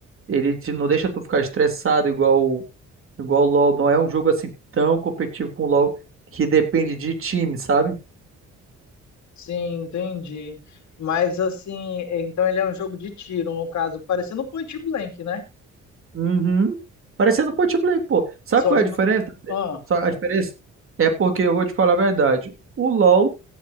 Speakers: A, on the right (about 45°); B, on the left (about 65°).
A: Ele te, não deixa tu ficar estressado igual, o- igual o LoL. Não é um jogo, assim, tão competitivo com o LoL, que depende de time, sabe?
B: Sim, entendi. Mas assim, é, então ele é um jogo de tiro, no caso, parecendo um point blank, né?
A: Uhum. Parecendo Point Blank, pô. Sabe
B: Só
A: qual
B: que
A: é a
B: não
A: diferença?
B: Ah,
A: Só a diferença é porque eu vou te falar a verdade. O LoL,